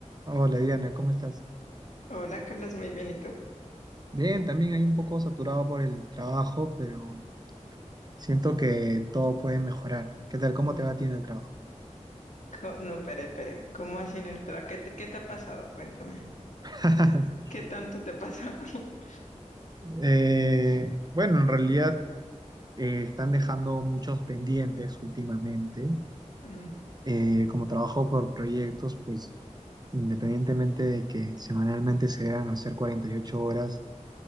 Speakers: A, on the right; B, on the left.
A: Hola Diana, ¿cómo estás?
B: Hola, Carlos, muy bien. ¿Y tú?
A: Bien, también hay un poco saturado por el trabajo, pero siento que todo puede mejorar. ¿Qué tal? ¿Cómo te va a ti en el trabajo?
B: ¿Cómo? No, espere, espere. ¿Cómo así en el trabajo? ¿Qué te, qué te ha pasado? Cuéntame.
A: <laughs>
B: ¿Qué tanto te ha pasado? <laughs>
A: Eh, bueno, en realidad eh, están dejando muchos pendientes últimamente.
B: Mm,
A: Eh, como trabajo por proyectos, pues independientemente de que semanalmente se deban hacer 48 horas,